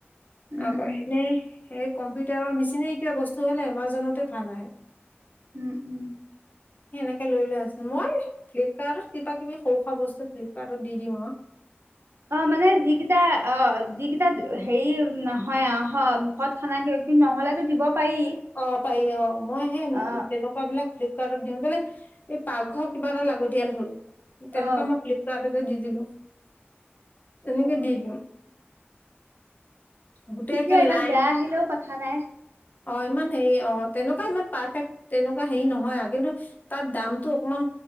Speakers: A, on the right; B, on the left.
A: উম,
B: আকৌ
A: উম,
B: এনে সেই কম্পিউটাৰ বা মেচিনেৰি কিবা বস্তু হ'লে এমাজনতে ভাল আহে।
A: উম, উম।
B: এনেকে লৈ লৈ আছে মই ফ্লিপকাৰ্ট কিবা কিবি সৰু খোৱা বস্তু ফ্লিপকাৰ্টত দি দিওঁ অ'।
A: অ' মানে যিকেইটা অ' যিকেইটা হেৰি নহ হয়, হয় মুখত খানা কে কিন্তু নহ'লেতো দিব পাৰি
B: অ' পাৰি অ' মই সেই
A: অ
B: তেনেকুৱা বিলাক ফ্লিপকাৰ্টত দিওঁ বলে এই পাকঘৰ কিবা এটা লাগতিয়াল হ'ল
A: অ
B: তেনেকুৱা মই ফ্লিপ্ দি দিলো তেনেকে
A: অ
B: দি দিওঁ। গোটেই
A: তেতিয়া
B: একে
A: ইমান
B: লাইন
A: বেয়া আহিলেও কথা নাই।
B: অ' ইমান হেৰি অ' তেনেকুৱা ইমান পাৰফেক্ট তেনেকুৱা হেৰি নহয় আৰু কিন্তু তাত দামতটো অকমান